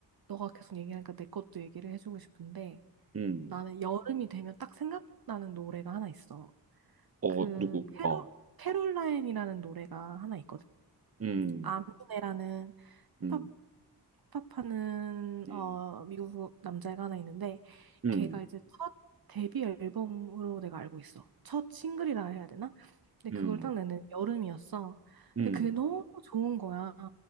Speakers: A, on the right; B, on the right.
A: 너가 계속 얘기하니까 내 것도 얘기를 해주고 싶은데
B: 음.
A: 나는 여름이 되면 딱 생각나는 노래가 하나 있어.
B: 어,
A: 그
B: 누구?
A: 캐롤,
B: 어,
A: 캐롤라인이라는 노래가 하나 있거든.
B: 음,
A: 아미네라는
B: 음,
A: 힙합 힙합하는
B: 음,
A: 어 미국 남자애가 하나 있는데
B: 음,
A: 걔가 이제 첫 데뷔 앨범으로 내가 알고 있어. 첫 싱글이라 해야 되나? 근데
B: 음,
A: 그걸 딱 냈는데 여름이었어.
B: 음,
A: 근데 그게 너무 좋은 거야.